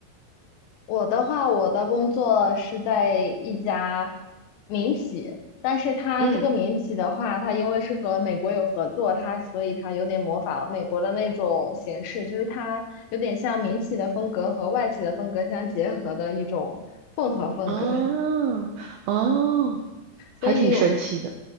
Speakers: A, on the left (about 75°); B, on the right (about 80°).
A: 我的话，我的工作是在一家民企，但是它这个民企的话，
B: 嗯，
A: 它因为是和美国有合作，它所以它有点模仿美国的那种形式，就是它有点像民企的风格和外企的风格相结合的一种混合风格，
B: 啊，
A: <laughs>
B: 哦，
A: 所以
B: 还挺神奇的。